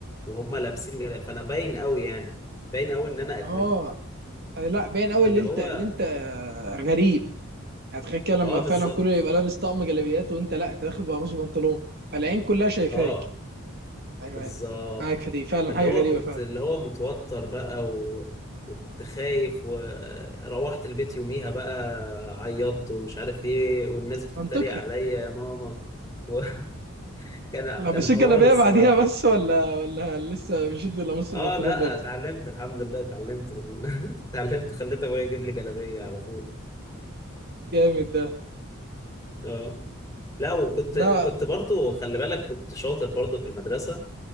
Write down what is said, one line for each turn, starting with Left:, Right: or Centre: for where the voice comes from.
Left: وهم لابسين جلابيات فانا باين قوي يعني باين قوي ان انا اجنبي
Right: اه أي لا باين قوي
Left: فاللي
Right: اللي انت
Left: هو
Right: اللي انت غريب يعني تخيل كده لما
Left: اه
Right: فعلا
Left: بالظبط
Right: كله يبقى لابس طقم جلابيات وانت لا انت داخل بقميص وبنطلون فالعين كلها شايفاك
Left: اه
Right: ايوه
Left: بالظبط
Right: ايوه معاك في دي فعلا
Left: فاللي
Right: حاجه
Left: هو
Right: غريبه
Left: كنت
Right: فعلا
Left: اللي هو متوتر بقى و... وكنت خايف وروحت البيت يوميها بقى عيطت ومش عارف ايه والناس بتتريق
Right: منطقي
Left: عليا يا ماما وكان <laughs> كان
Right: لو
Left: كان
Right: بسيت
Left: حوار
Right: جلابيه
Left: الصراحة
Right: بعديها بس ولا ولا لسه مشيت ولا مصر
Left: اه
Right: البنطلون
Left: لا
Right: برضه
Left: اتعلمت الحمد لله اتعلمت <laughs> اتعلمت خليت ابويا يجيب لي جلابية على طول
Right: جامد ده
Left: اه لا وكنت
Right: ده
Left: وكنت برضو خلي بالك كنت شاطر برضو في المدرسة